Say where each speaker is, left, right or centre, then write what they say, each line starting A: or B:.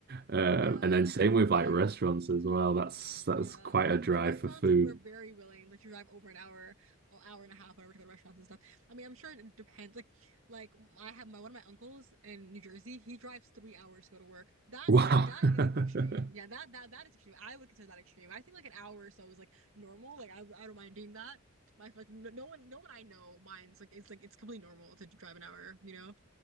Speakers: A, on the right; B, on the right.
A: Um,
B: yeah
A: and then same with
B: I
A: like restaurants as well. That's that's
B: Yeah.
A: quite a drive
B: With restaurants,
A: for food.
B: like we're very willing, like to drive over an hour, or hour and a half, whatever, to go to restaurants and stuff. I mean, I'm sure it depends. Like, like I have my one of my uncles in New Jersey. He drives three hours to go to work. That
A: Wow.
B: is that
A: <laughs>
B: is extreme. Yeah, that that that is extreme. I would consider that extreme. I think like an hour or so is like normal. Like I I don't mind doing that. My like no no one no one I know minds like it's like it's completely normal to drive an hour. You know,